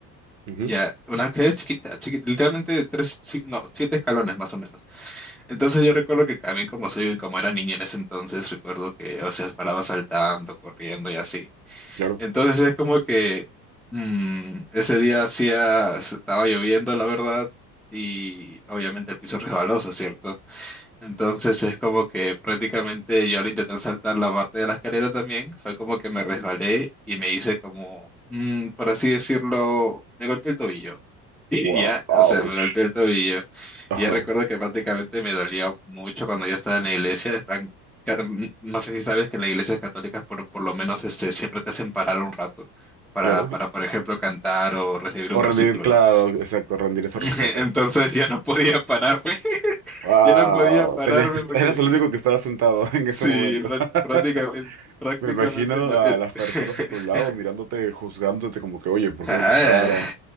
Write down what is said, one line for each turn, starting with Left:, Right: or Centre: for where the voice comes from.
Right: ujú,
Centre: Ya, una escalera chiquita, chiquita, literalmente tres, cin- no, siete escalones más o menos. Entonces yo recuerdo que también como soy, como era niña en ese entonces, recuerdo que, o sea, paraba saltando, corriendo y así.
Right: claro.
Centre: Entonces es como que mm, ese día hacía, estaba lloviendo, la verdad, y obviamente el piso resbaloso, ¿cierto? Entonces es como que prácticamente yo al intentar saltar la parte de la escalera también, fue como que me resbalé y me hice como, mm, por así decirlo, me golpeé el tobillo. <laughs> Y
Right: Wow.
Centre: ya,
Right: Ouch.
Centre: o sea, me golpeé el tobillo.
Right: Ajá.
Centre: Y ya recuerdo que prácticamente me dolía mucho cuando yo estaba en la iglesia. en plan, ca- mm, no sé si sabes que en las iglesias católicas por, por lo menos este, siempre te hacen parar un rato para,
Right: Claro.
Centre: para, por ejemplo, cantar o recibir un
Right: O
Centre: versículo,
Right: rendir, claro,
Centre: ¿no?
Right: exacto, rendir ese
Centre: <laughs>
Right: respeto.
Centre: Entonces ya no podía pararme. <laughs>
Right: Wow,
Centre: Yo no podía pararme
Right: tenías que, est-
Centre: porque
Right: eras el único que estaba sentado <laughs> en ese
Centre: Sí,
Right: momento.
Centre: prá-
Right: <laughs>
Centre: prácticamente, prácticamente.
Right: Me imagino
Centre: no-
Right: a
Centre: eh,
Right: las personas
Centre: <laughs>
Right: a tu lado mirándote, juzgándote como que, oye, ¿por
Centre: Ajá,
Right: qué no te paras?
Centre: eh,